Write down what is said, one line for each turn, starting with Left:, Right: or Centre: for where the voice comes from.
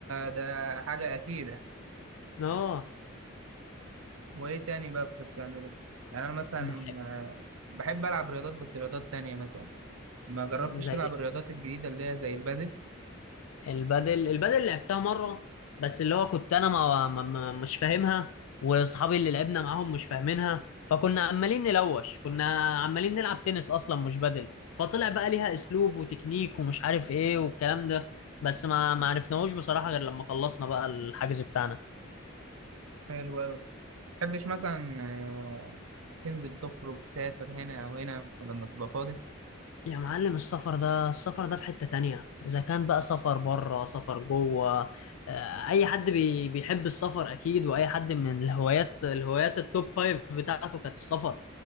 Right: ده حاجة أكيدة
Left: اه
Right: وإيه تاني بقى بتحب تعمله؟ يعني أنا مثلا
Left: بحب
Right: آه، بحب ألعب رياضات بس رياضات تانية مثلا ما جربتش
Left: زي
Right: تلعب الرياضات الجديدة اللي هي زي البادل
Left: البادل البادل لعبتها مرة بس اللي هو كنت انا ما ما- ما- مش فاهمها واصحابي اللي لعبنا معاهم مش فاهمينها فكنا عمالين نلوش كنا عمالين نلعب تنس اصلا مش بادل فطلع بقى ليها اسلوب وتكنيك ومش عارف ايه والكلام ده بس ما ما عرفناهوش بصراحة غير لما خلصنا بقى الحجز بتاعنا
Right: حلو أوي متحبش مثلا آه، تنزل تخرج تسافر هنا أو هنا لما تبقى فاضي
Left: يا معلم السفر ده السفر ده في حتة تانية إذا كان بقى سفر بره سفر جوه آه، أي حد بي بيحب السفر أكيد وأي حد من الهوايات الهوايات التوب فايف بتاعته كانت السفر